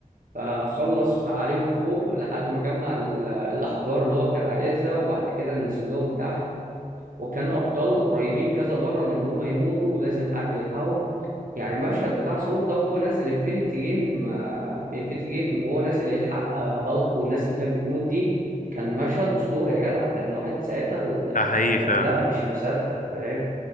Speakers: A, on the right (about 80°); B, on the left (about 75°).
A: فخلص عليهم فوق لحد ما جمع ال- الأحجار اللي هو كان عايزها وبعد كده نزل لهم تحت وكان الأبطال قريبين كذا مرة من إن هم يموتوا ولازم حد يلحقهم يعني المشهد بتاع ثور ده وهو نازل انفينيتي جيم آه، في انفينيتي جيم وهو نازل يلحق آه، هالك والناس اللي كانت بتموت دي كان مشهد أسطوري يا جدع كان الواحد ساعتها آه،
B: ده حقيقي فعلا
A: لا مش مصدق فاهم